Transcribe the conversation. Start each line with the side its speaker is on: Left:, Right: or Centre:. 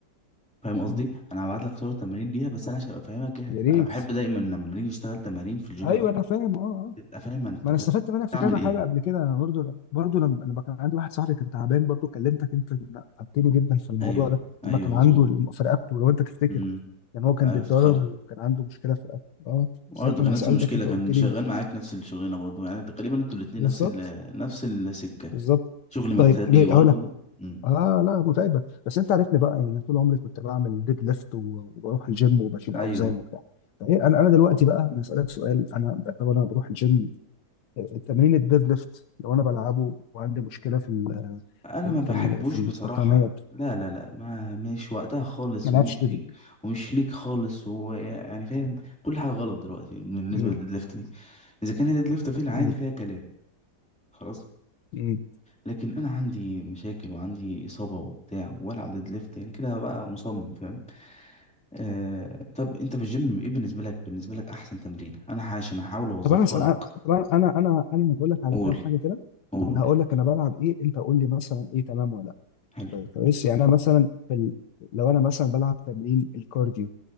Centre: فاهم قصدي
Left: مم.
Centre: انا هبعت لك صور تمارين ليها بس انا عشان ابقى فاهمك يعني
Left: يا ريت
Centre: انا بحب دايما لما نيجي نشتغل تمارين في الجيم
Left: ايوه
Centre: او كده،
Left: انا فاهم اه آه.
Centre: تبقى فاهم انت
Left: ما انا
Centre: بت-
Left: استفدت منك
Centre: بتعمل
Left: في كذا
Centre: ايه
Left: حاجه قبل كده انا برضو برضو لما لما كان عندي واحد صاحبي كان تعبان برضو كلمتك انت لا، فادتني جدا في الموضوع
Centre: ايوه
Left: ده
Centre: ايوه
Left: لما كان
Centre: مظبوط
Left: عنده الم- في رقبته لو انت تفتكر
Centre: امم
Left: كان هو كان
Centre: ايوه
Left: بيتدرب
Centre: افتكرت
Left: وكان عنده مشكله في رقبته اه
Centre: برضه
Left: ساعتها
Centre: كان
Left: انا
Centre: نفس
Left: سالتك
Centre: المشكله
Left: انت
Centre: كان
Left: قلت لي
Centre: شغال
Left: ال-
Centre: معاك نفس الشغلانه برضه يعني تقريبا انتوا الاتنين
Left: بالظبط
Centre: نفس ال... نفس السكه
Left: بالظبط
Centre: شغل مكتبي
Left: طيب ب-
Centre: برضه
Left: هقول لك حاجه
Centre: امم
Left: اه لا متعبه بس انت عارفني بقى يعني انا طول عمري كنت بعمل ديد ليفت و- وبروح الجيم وبشيل
Centre: ايوه
Left: اوزان وبتاع فايه انا انا دلوقتي بقى انا اسالك سؤال انا بعتبر انا بروح الجيم تمرين الديد ليفت لو انا بلعبه وعندي مشكله في ال
Centre: انا
Left: في ال
Centre: ما بحبوش
Left: في, ال في القطنيه
Centre: بصراحه
Left: بت-
Centre: لا لا لا ما مش وقتها خالص
Left: ما
Centre: ومش
Left: العبش ديد
Centre: ليك ومش ليك خالص ويعني فاهم كل حاجه غلط دلوقتي بالنسبه
Left: مم.
Centre: للديد ليفت دي. اذا كان هيد ليفت في العادي
Left: مم.
Centre: فيها كلام خلاص
Left: مم.
Centre: لكن انا عندي مشاكل وعندي اصابه وبتاع والعب ديد ليفت يعني كده بقى مصمم فاهم آه طب انت في الجيم ايه بالنسبه لك بالنسبه لك احسن تمرين انا ح- عشان احاول اوظفها
Left: طب انا أسأل
Centre: لك
Left: طب انا انا انا انا هقول لك على
Centre: قول
Left: كام حاجه كده
Centre: قول
Left: انا
Centre: قول
Left: هقول لك انا بلعب ايه انت قول لي مثلا ايه تمام ولا لا
Centre: حلو
Left: طيب كويس يعني انا مثلا في ال... لو انا مثلا بلعب تمرين الكارديو